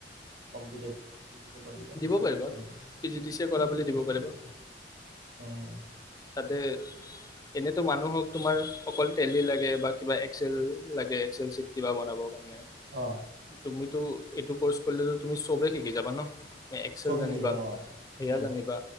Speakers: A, on the right; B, on the left.
A: কমপ্লিটেড দিব পাৰিবা
B: দিব পাৰিবা
A: উম
B: পি জি ডি চিয়ে কৰা বুলি দিব পাৰে <inaudible>
A: উম
B: তাতে এনেতো মানুহক তোমাৰ অকল তেলি লাগে বা কিবা এক্সেল লাগে এক্সেল চিত কিবা বনাব কাৰ নে
A: অ
B: তুমি টো এইটো কৰ্চ কৰিলেটো তুমি চবে শিকি যাবা ন একসেল
A: চব শিকি
B: জানিবা
A: যাম অ
B: হেয়া
A: উম
B: জানিবা